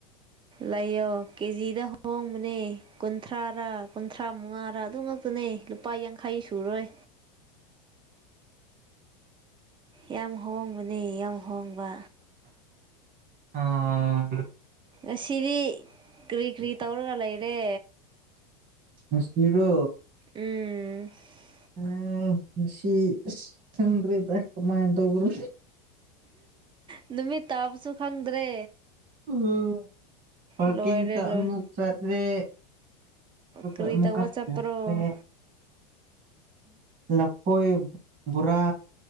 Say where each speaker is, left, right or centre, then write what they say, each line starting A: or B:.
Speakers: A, on the right; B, on the right.
A: ꯂꯩꯌꯣ ꯀꯦꯖꯤꯗ ꯍꯍꯣꯡꯕꯅꯦ ꯀꯨꯟꯊ꯭ꯔꯥꯔꯥ ꯀꯨꯟꯊ꯭ꯔꯥ ꯃꯉꯥ ꯈꯔꯥ ꯑꯗꯨ ꯉꯛꯇꯅꯦ ꯂꯨꯄꯥ ꯌꯥꯡꯈꯩ ꯁꯨꯔꯣꯏ ꯌꯥꯝ ꯍꯣꯡꯉꯦ ꯑꯗꯨꯗꯤ ꯌꯥꯝ ꯍꯣꯡꯕ
B: ꯑꯥ
A: ꯉꯁꯤꯗꯤ ꯀꯔꯤ ꯀꯔꯤ ꯇꯧꯔꯒ ꯂꯩꯔꯦ
B: ꯃꯨꯁꯇꯤꯔꯣ
A: <unintelligible>
B: ꯑ ꯉꯁꯤ ꯈꯪꯗꯔꯦ ꯀꯃꯥꯏꯅ ꯇꯧꯕ꯭ꯔꯣ
A: ꯅꯨꯃꯤꯠ ꯇꯥꯕꯁꯨ ꯈꯪꯗ꯭ꯔꯦ
B: ꯎꯝ ꯄꯥꯀꯤꯡꯇ
A: ꯂꯣꯏꯔꯦ ꯂꯣꯏ
B: ꯑꯃꯨꯛ ꯆꯠꯂꯦ
A: ꯀꯔꯤ
B: ꯑꯃꯨꯛꯀꯥ
A: ꯇꯧꯕ ꯆꯠꯄ꯭ꯔꯣ
B: ꯃꯨꯀꯥꯂꯦ ꯂꯐꯣꯏ ꯕꯣꯔꯥ